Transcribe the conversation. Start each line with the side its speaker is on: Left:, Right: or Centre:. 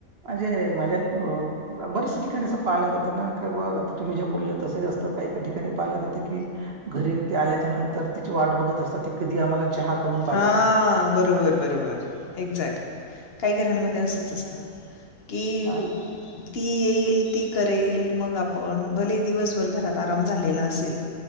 Right: म्हणजे माझ्या अ बर्याचश्या ठिकाणी असं पाहिला जातं ना कि ब आता तुम्ही जे बोलला तसंही असतं काही-काही ठिकाणी पाहिलं जातं की घरी ते आल्याच्या नंतर तिची वाट बघत असतात ती कधी आम्हाला चहा करून पाहिजे
Left: हां बरोबर, बरोबर एक्झॅक्ट. काही घरांमध्ये असंच असतं की
Right: हा
Left: ती येईल, ती करेल मग आपण भले दिवसभर घरात आराम झालेला असेल.